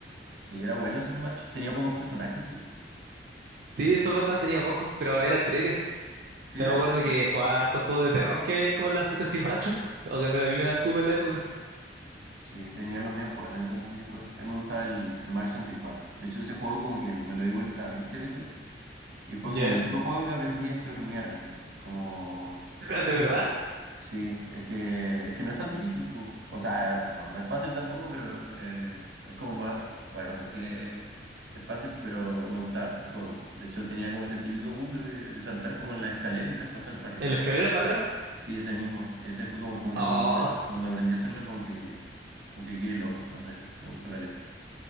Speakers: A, on the right (about 80°); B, on the right (about 60°).
A: Sí, era bueno ese Smash. Tenía pocos personajes, sí.
B: Sí, eso es verdad, tenía pocos, pero era trete.
A: Sí,
B: También
A: era,
B: me
A: era
B: acuerdo
A: bueno.
B: que jugaba hartos juegos de terror que habían como en la 64. <laughs> O que a mí me da el cubo en la época.
A: Sí, tenía los medios juegos, el Nintendo 64. A mí me gustaba el, el Mario 64. De hecho, ese juego como que me lo di vuelta 20 veces y fue
B: Ya.
A: como el único juego que aprendí a esperrunear así. Como,
B: <laughs> Pero, ¿De verdad?
A: sí, es que, es que no es tan difícil, pues. O sea, no, no es fácil tampoco, pero eh, es como más, bueno, no sé si es, es fácil, pero me gustaba harto el juego. De hecho, tenía como ese típico bug de, de saltar como en la escalera y traspasar paredes.
B: ¿En la escalera para atrás?
A: Sí, ese mismo. Ese fue como, como que
B: Oh,
A: cuando, cuando aprendí a hacerlo, como que, como que quedé loco, no sé, me gustó caleta.